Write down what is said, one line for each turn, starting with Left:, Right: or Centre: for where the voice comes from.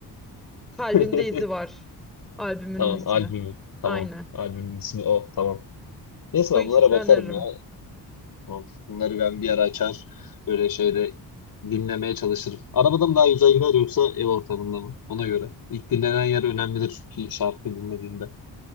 Centre: Kalbimde
Left: <laughs>
Centre: İzi Var. Albümünün
Left: Tamam
Centre: ismi.
Left: albümü. Tamam.
Centre: Aynen.
Left: Albümün ismi o. Tamam. Neyse
Centre: Bu
Left: ben
Centre: ikisini
Left: bunlara bakarım
Centre: öneririm.
Left: ya. Tamam. Bunları ben bir ara açar böyle şeyde dinlemeye çalışırım. Arabada mı daha güzel gider yoksa ev ortamında mı? Ona göre. İlk dinlenen yer önemlidir çünkü şarkı dinlediğinde.